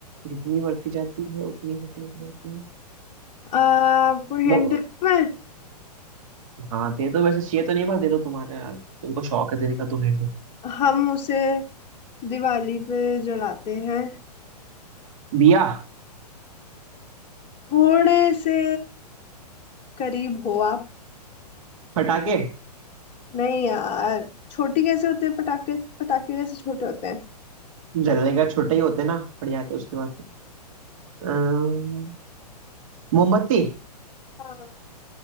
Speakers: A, on the right; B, on the left.
A: जितनी बढ़ती जाती है उतनी छोटी होती जाती है
B: आ, आपको
A: वो
B: हिंट में
A: हाँ दे दो वैसे चाहिए तो नहीं पर दे दो तुम्हारा तुमको शौक है देने का तो दे दो
B: हम उसे दिवाली पे जलाते हैं
A: दिया
B: थोड़े से करीब हो आप
A: फटाके
B: नहीं यार छोटी कैसे होते हैं पटाखे पटाखे कैसे छोटे होते हैं
A: जलने का छोटे ही होते ना पड़ जाते उसके बाद तो अम्म, मोमबत्ती
B: हाँ